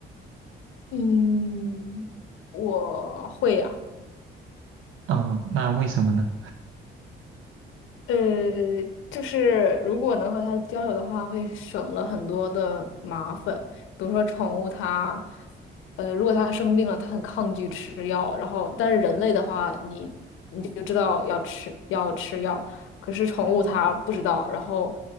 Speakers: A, on the left (about 90°); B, on the right (about 85°).
A: 嗯，我会呀、
B: 嗯，那为什么呢？
A: 呃，就是如果能和它交流的话，会省了很多的麻烦。比如说宠物它，呃，如果它生病了，它很抗拒吃药，然后但是人类的话，你你就知道要吃要吃药，可是宠物它不知道，然后